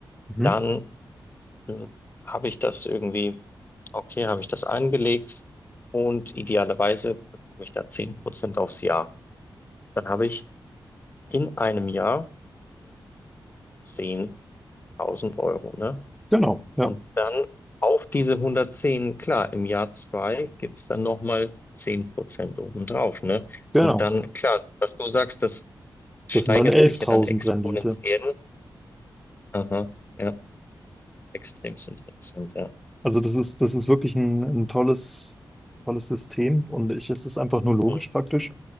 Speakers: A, in the centre; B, on the left (about 25°).
A: Mhm.
B: Dann äh, habe ich das irgendwie, okay, habe ich das angelegt und idealerweise bekomme ich da 10% aufs Jahr. Dann habe ich in einem Jahr hundertzehntausend Euro, ne?
A: Genau, ja,
B: Und dann auf diese 110, klar, im Jahr 2 gibt es dann nochmal 10% obendrauf, ne?
A: genau.
B: Und dann, klar, was du sagst, das steigert
A: Das sind dann 11.000
B: sich ja dann exponentiell.
A: Rendite.
B: Aha, ja, extremst interessant, ja.
A: Also das ist, das ist wirklich ein, ein tolles, tolles System und ich, es ist einfach nur logisch
B: Mhm,
A: praktisch.